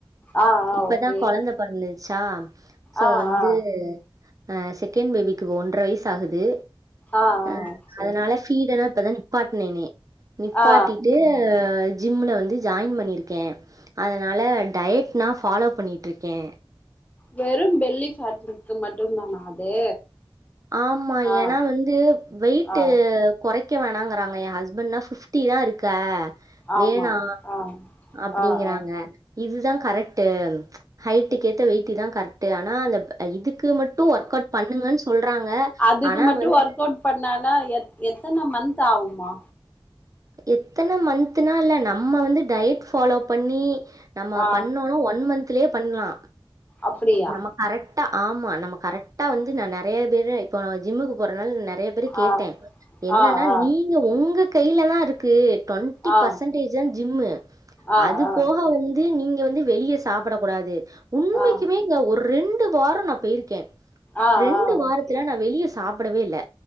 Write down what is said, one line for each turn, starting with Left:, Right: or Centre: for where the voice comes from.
Left: ஆ ஆ
Right: இப்பதா
Left: ஓகே
Right: கொழந்த பொறந்துச்சா சோ
Left: ஆ
Right: வந்து
Left: ஆ
Right: அ செ கன் பேபிக்கு ஒன்ற வய்சாகுது
Left: ஆ ஆ
Right: அம்
Left: சரி
Right: அதனால பீடல இப்பதா நிப்பாட்னேனே நிப்பாட்டிட்டு
Left: ஆ
Right: ஜிம்மில வந்து ஜாயின் பண்ணிருக்கே அதனா டயட் நா ஃபாலோ பண்ணிட்ருக்கே
Left: வெறு பெல்லி ஃபேட்டுக்கு மட்டுந்தானா அது
Right: ஆம்மா
Left: ஆ
Right: ஏன்னா வந்து வெய்ட்டு்
Left: ஆ
Right: கொறை க்க வேணாங்கறாங்க எ ஹஸ்பண்ட்ன்னா ஃபிப்டி தா இருக்க
Left: ஆமா
Right: வேணா
Left: ஆ
Right: அப்டிங்கறாங்க
Left: ஆ ஆ
Right: இதுதா கரெக்டு ஹைட்டுக் ஏத்த வெயிட் இதா கரெக்ட்டு ஆனா இந்த இதுக்கு மட்டு ஒர்க் அவுட் பண்ணுங்கன் சொல்றாங்க
Left: அதுக்கு
Right: ஆனா
Left: மட்டு
Right: வந்து
Left: ஒர்க் அவுட் பண்ணனா எ எத்தன மந்த் ஆகுமா
Right: எத்தன மந்த்னா இல்ல நம்ம வந்து டயட் ஃபாலோ பண்ணி நம்ம
Left: ஆ
Right: பண்ணொனா ஒன் மந்த்லயே பண்லா
Left: அப்படியா
Right: நம்ம கரெக்டா ஆமா நம்ம கரெக்டா வந்து நா நெறய பேர இப்ப நா ஜிம்முக்கு போறனால் நெறைய தடவ கேட்டே
Left: ஆ
Right: என்னனா
Left: ஆ ஆ
Right: நீங்க உங்க கையில தா இருக்கு டொண்டி
Left: ஆ
Right: பர்சன்டேஜ் தா ஜிம்மு
Left: ஆ
Right: அது
Left: ஆ
Right: போக வந் து நீங்க வந்து வெளியே சாப்படக் கூடாது உண்மைக்குமே
Left: ஆ
Right: ஒ ஓர் ரெண்டு வார நா பெய்ருக்கே
Left: ஆ ஆ
Right: ரெண்டு வாரத்துல
Left: ஓகே
Right: நா வெளிய சாப்டவே இல்ல